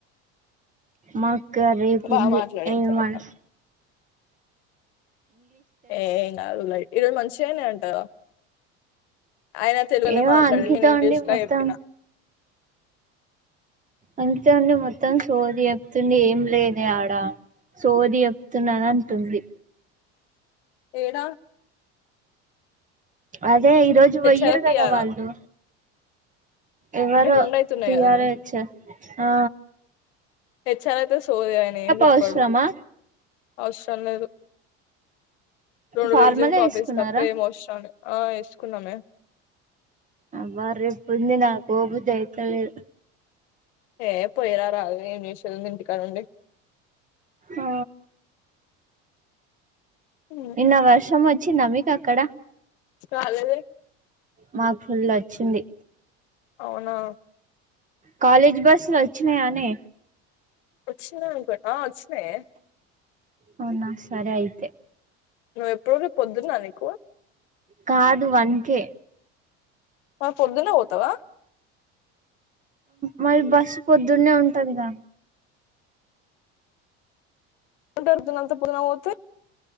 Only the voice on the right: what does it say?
మాకు గా రేపు
ఉంది
హే
వన్స్
ఏమో
అంకిత
ఉండి
మొత్తం
అంకిత ఉండి మొత్తం సోది చెప్తుంది ఏం లేదే ఆడ సోది చెప్తుంది అంటుంది
అదే ఈ రోజు పోయిర్రు
కదా వాళ్ళు ఎవరో
తియార
ఐ వ
అవసరమా
ఫార్మలే
వేసుకున్నారా
అబ్బా రేపు ఉంది నాకు పో బుద్ధి అయితలేదు
ఆ
నిన్న వర్షం అచ్చిందా మీకు అక్కడ
మా ఫుల్ వచ్చింది
కాలేజ్ బస్సులు వచ్చినాయానే
అవునా సరే అయితే
కాదు వన్ కె
మళ్ళీ బస్సు పొద్దున్న ఉంటదిగా